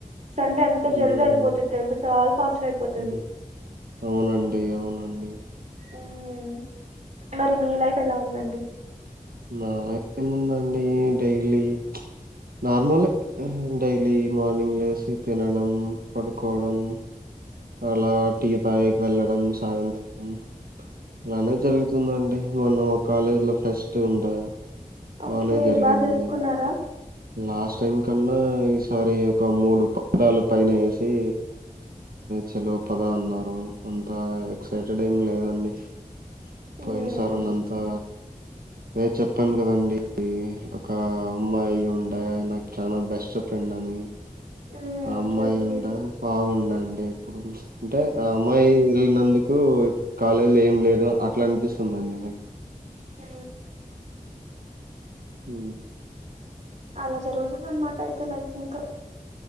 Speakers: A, on the right; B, on the right.
A: సండే అంతా
B: ఉమ్
A: జల్ద వెళ్ళిపోతది తెల్దు చాలా ఫాస్ట్ గా అయిపోతది
B: అవును- అవునండి అవునండి
A: ఉం మరి మీ లైఫ్ ఎలా ఉందండి?
B: నా లైఫ్ కి ఏముందండి డైలీ నార్మల్ ఏ డైలీ మార్నింగ్ లేసి తినడం పడుకోవడం అలా టీ తాగానికి వెళ్ళడం సాయంత్రం అలానే జరుగుతుందండి మొన్న మా కాలేజీ లో ఫెస్ట్ ఉండె
A: ఓకే
B: బానే జరిగింది
A: బాగా జరుపుకున్నారా
B: లాస్ట్ టైం కన్నా ఒకసారి ఒక మూడు పదాల పైన వేసి సెలవు పద అన్నారు అంత ఎక్సైటెడ్ ఏమి లేదండి పోయిన
A: మ్మ్
B: సారి అంతా అ చ చెప్పాను కదండి ఒక అమ్మాయి ఉంటే నాకు చాల బెస్ట్ ఫ్రెండ్ అని
A: మ్మ్
B: ఆ
A: ఓకే
B: అమ్మాయి
A: ఓకే
B: ఉంటే బాగుండండి డి అంటే ఆ అమ్మాయి వెళ్ళినందుకు కాలేజీ ఏం లేదు అట్లా అనిపిస్తుందండి నాకు
A: ఆ
B: హ
A: అలా జరుగుతుంది అనమాట అయితే లైఫ్ ఇంకా